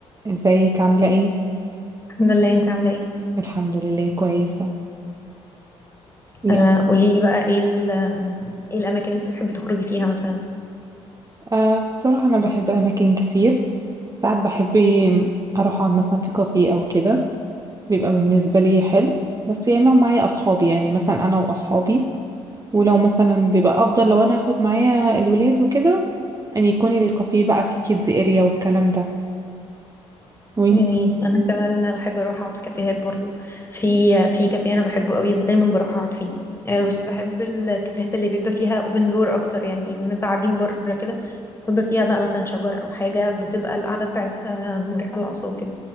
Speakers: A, on the right; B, on the left.
A: ازيك عاملة ايه؟
B: الحمد لله انت عامله ايه
A: الحمد لله كويسة يا-
B: آه قولي لي بقى ايه ال- ايه الاماكن اللي انت بتحبي تخرجي فيها مثلا
A: أه بصراحة أنا بحب أماكن كتير ساعات بحب أروح أقعد مثلا في كافيه أو كده بيبقى بالنسبة لي حلو بس يعني لو معايا أصحابي يعني مثلا أنا وأصحابي ولو مثلا بيبقى أفضل لو أنا هاخد معايا الولاد وكده أن يكون الكافيه بقى فيه كيدز اريا والكلام ده وانتي
B: جميل انا كمان بحب اروح اقعد في كافيهات برضو في في كافيه انا بحبه قوي دايما بروح اقعد فيه آه بس بحب الكافيهات اللي بيبقى فيها اوبن دور اكتر يعني بنبقى قاعدين بره كده بيبقى فيها بقى مثلا شجر او حاجه بتبقى القعده بتاعتها مريحه للاعصاب كده